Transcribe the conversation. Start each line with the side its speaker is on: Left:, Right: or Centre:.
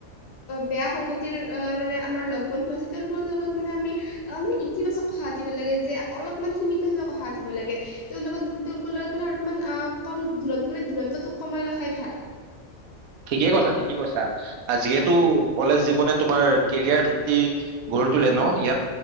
Left: বেয়া সংগতিৰ অ মানে আমাৰ লগ বন্ধু আছে। তেওঁলোকৰ লগত মানে আমি অ মানে ইতিবাচক কথা পাতিব লাগে যে অলপমান সীমিতভাৱে কথা পাত পাতিব লাগে। তেওঁ লগত তেওঁলোকৰ লগত মানে অলপমান কম দূৰত মানে দূৰত্বটো কমাই ৰখাই ভাল। <inaudible>
Right: ঠিকেই কৈছা, ঠিকেই কৈছা। যিহেতু কলেজ জীৱনে তোমাৰ কেৰিয়াৰ ভিত্তি গ গঢ়ি তুলে ন? ইয়াত